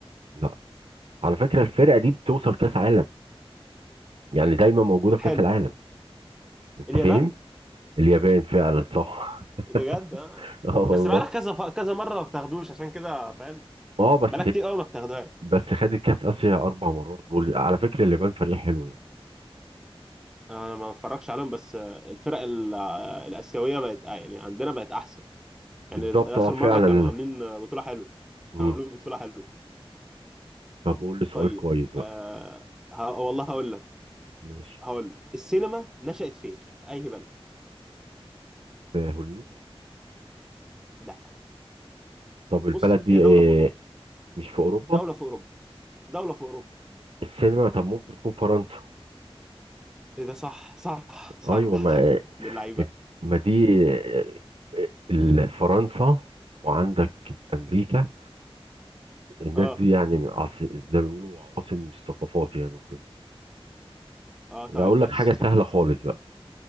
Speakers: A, on the right; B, in the centre.
A: لا على فكرة الفرقة دي بتوصل كأس عالم يعني دايما موجودة
B: حلو
A: في كأس العالم انت
B: اليابان
A: فاهم اليابان فعلا صح
B: بجد آه.
A: <laughs> اه والله
B: بس بقالك كذا ف... كذا مرة ما بتاخدوش عشان كده فاهم
A: اه بس
B: بقالك كتير قوي ما بتاخدوهاش
A: بس خدت كأس آسيا اربع مرات وعلى فكرة اليابان فريق حلو يعني
B: انا ما بتفرجش عليهم بس آه، الفرق ال- آه، الاسيويه بقت آه، يعني عندنا بقت احسن
A: بالظبط
B: يعني اخر
A: اه فعلا
B: مره كانوا عاملين بطوله حلوه
A: مم.
B: كانوا عاملين بطوله حلوه
A: طب قول لي سؤال
B: طيب
A: كويس بقى
B: آه ه... والله هقول لك
A: ماشي
B: هقول لك السينما نشأت فين في اي بلد
A: في هوليود
B: لا
A: طب البلد
B: بص
A: دي
B: هي دوله
A: آه،
B: في اوروبا
A: مش في اوروبا
B: دوله في اوروبا دوله في اوروبا
A: السينما طب ممكن تكون فرنسا
B: ايه ده صح صح صح
A: ايوه ما
B: من اللعيبه
A: ما دي آه، ال- فرنسا وعندك امريكا الناس
B: اه
A: دي يعني من عاص- زي ما بيقولوا عواصم الثقافات يعني وكده
B: اه طيب
A: اقول لك
B: ماشي
A: حاجه سهله
B: <laughs>
A: خالص بقى